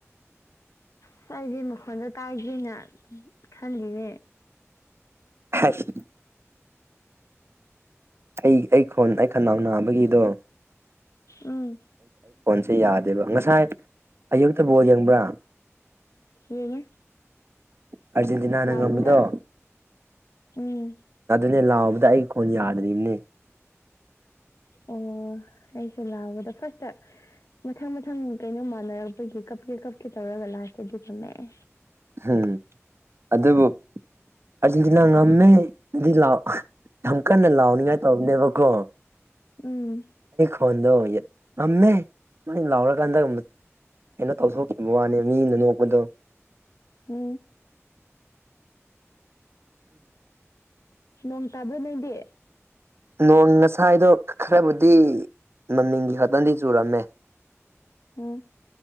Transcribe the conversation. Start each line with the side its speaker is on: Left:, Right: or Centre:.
Left: ꯑꯁ ꯑꯩꯁꯦ ꯃꯈꯣꯟꯗ ꯇꯥꯏꯒꯦꯅ ꯈꯜꯂꯤꯅꯦ
Right: ꯍꯥꯏꯁ ꯑꯩ ꯑꯩ ꯈꫭꯟ ꯑꯩ ꯈꯅꯥꯎ ꯅꯥꯕꯒꯤꯗꯣ
Left: ꯎꯝ
Right: ꯁꯤ ꯌꯥꯗꯦꯕ ꯉꯁꯥꯏ ꯑꯌꯨꯛꯇ ꯕꯣꯜ ꯌꯦꯡꯕ꯭ꯔꯥ
Left: ꯌꯦꯡꯉꯤ
Right: ꯑꯥꯔꯖꯦꯟꯇꯤꯅꯥꯅ
Left: ꯂꯥꯎꯕꯗ
Right: ꯉꯝꯕꯗꯣ
Left: ꯎꯝ
Right: ꯅꯦ ꯂꯥꯎꯕꯗ ꯑꯩ ꯈꫭꯟ ꯌꯥꯗ꯭ꯔꯤꯕꯅꯦ
Left: ꯑꯣ ꯑꯩꯁꯨ ꯂꯥꯛꯕꯗ ꯐꯥꯔꯁꯇ ꯃꯊꯪ ꯃꯊꯪ ꯀꯩꯅꯣꯝꯃ ꯁꯥꯟꯅꯔꯛꯄꯒꯤ ꯀꯞ ꯀꯦ ꯀꯞ ꯀꯦ ꯇꯧꯔꯒ ꯂꯥꯁꯇꯗꯤ ꯉꯝꯃꯛꯑꯦ
Right: ꯎꯝ ꯑꯗꯨꯕꯨ ꯑꯥꯔꯖꯦꯟꯇꯤꯅꯥ ꯉꯝꯃꯦ ꯑꯗꯨꯗꯤ ꯂꯥꯎ ꯌꯥꯝ ꯀꯟꯅ ꯂꯥꯎꯅꯤꯉꯥꯏ ꯇꯧꯕꯅꯦꯕꯀꯣ
Left: ꯎꯝ
Right: ꯐꯣꯟꯗꯣ ꯉꯝꯃꯦ ꯁꯨꯃꯥꯏ ꯂꯥꯎꯔꯀꯥꯟꯗ ꯀꯩꯅꯣ ꯇꯧꯊꯣꯛꯈꯤꯕ ꯋꯥꯅꯦ ꯃꯤꯅ ꯅꯣꯛꯄꯗꯣ
Left: ꯎꯝ ꯅꯣꯡ ꯇꯥꯕ꯭ꯔ ꯅꯣꯏꯗꯤ
Right: ꯅꯣꯡ ꯉꯁꯥꯏꯗꯣ ꯈꯔꯕꯨꯗꯤ ꯃꯃꯤꯡꯒꯤ ꯈꯛꯇꯪꯗꯤ ꯆꯨꯔꯝꯃꯦ
Left: ꯎꯝ